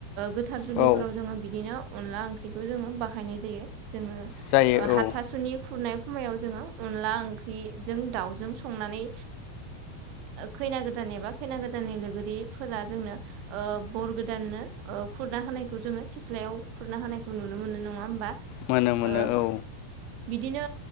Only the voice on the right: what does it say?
गोथार जुलिफोराव
जोङो बिदिनो अनला ओंख्रिखौ जोङो बाहायनाय जायो जोङो
हाथासुनि
खुरनाय समायाव जोङो अनला ओंख्रिजों दाउजों संनानै खैना गोदान एबा खैना गोदाननि लोगोरिफोरा जोंनो बर गोदाननो खुरना होनायखौ जोङो सिथ्लायाव खुरना होनायखौ नुनो मोनो नङा होमबा
ओ
बिदिनो